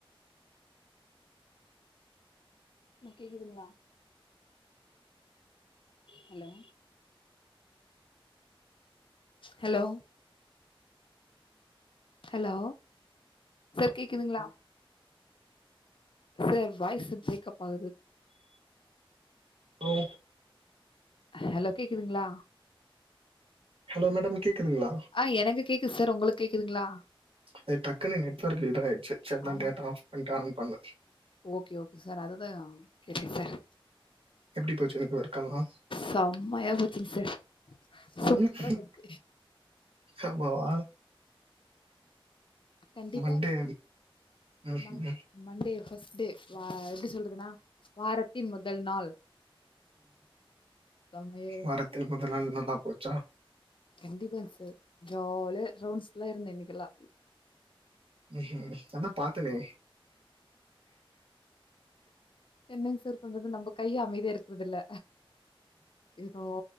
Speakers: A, on the left; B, on the right.
A: இப்ப கேக்குதுங்ளா ஹலோ ஹலோ ஹலோ சார் கேக்குதுங்ளா சார் வாய்ஸ் பிரேக்கப் ஆகுது
B: ஹலோ
A: ஹலோ கேக்குதுங்ளா
B: ஹலோ மேடம் கேக்குதுங்ளா
A: ஆ எனக்கு கேக்குது சார் உங்களுக்கு கேக்குதுங்களா
B: அது டக்குன்னு நெட்ஒர்க் இதாயிடுச்சு சரி
A: ஆமா
B: டேட்டா ஆஃப் பண்டு ஆன் பண்ணே.
A: ஓகே ஓகே சார் அதுதா கேட்டே சார்
B: எப்டி போச்சு இன்னைக்கு ஒர் கலா
A: செம்மையா போச்சுங்க சார் சூப்பரா
B: ம்
A: போச்சு
B: ஆமாவா
A: கண்டிப்பா
B: மண்டே ம்ஹ்ம்
A: மண்
B: ம்
A: மண்டே ஃபஸ்டே வா எப்படி சொல்றதுனா வாரத்தின் முதல் நாள் செம்மையா
B: வாரத்தில் முதல் நாள் நல்லா போச்
A: கண்டிப்பா சார் ஜாலியா ரவுன்ஸ்ல்ல இருந்த இன்னைக்கெல்லா
B: ம் நான்தா பாத்தனே
A: என்னங் சார் பண்றது நம்ம கை அமைதியா இரு றதுல ஏதோ